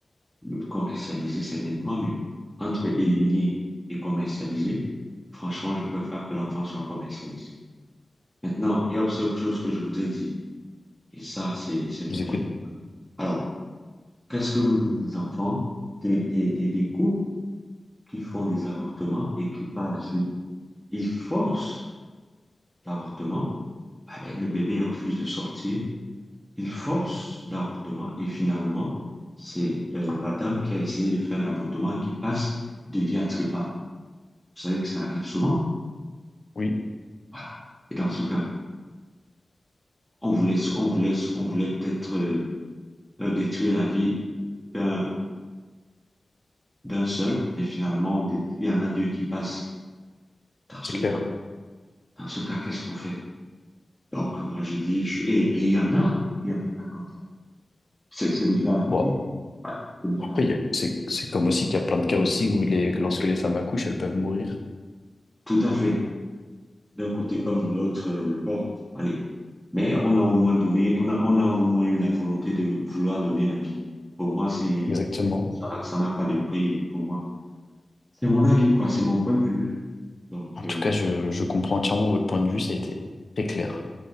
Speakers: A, in the centre; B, on the left.
A: Le commercialiser, c'est nettement mieux. Entre éliminer et commercialiser, franchement, je préfère que l'enfant soit commercialisé. Maintenant, il y a aussi autre chose que je vous ai dit, et ça, c'est, c'est mon
B: Je vous
A: dernier
B: écoute.
A: point. Alors, qu'est-ce que vous dites des enfants, des, des, des, des couples qui font des avortements et qui, par la suite, ils forcent l'avortement, ah ben, le bébé refuse de sortir, ils forcent l'avortement et finalement, c'est euh, la dame qui a essayé de faire l'avortement qui passe de vie à trépas. Vous savez que ça arrive souvent.
B: Oui,
A: Voilà. Et dans ce cas, on voulait, on voulait, on voulait peut-être euh, euh, détruire la vie d'un, d'un seul, mais finalement, on dét- il y en a deux qui passent. Dans
B: c'est
A: ce
B: clair.
A: cas, dans ce cas, qu'est-ce qu'on fait? Donc, moi, je dis, je- et, et il y en a, il y a des cas comme ça. C'est c'est déjà arrivé.
B: Bon,
A: Ouais, c'est déjà
B: après,
A: arrivé.
B: il y a- c'est, c'est comme aussi qu'il y a plein de cas aussi où les, lorsque les femmes accouchent, elles peuvent mourir.
A: Tout à fait. D'un côté comme de l'autre, euh, bon, allez. Mais on a au moins donné, on a, on a au moins eu la volonté de vouloir donner la vie. Pour moi, c'est,
B: Exactement.
A: ça n'a ça n'a pas de prix pour moi. C'est mon avis, quoi, c'est mon point de vue. Donc,
B: En
A: euh,
B: tout cas, je, je comprends entièrement votre point de vue, ça a été très clair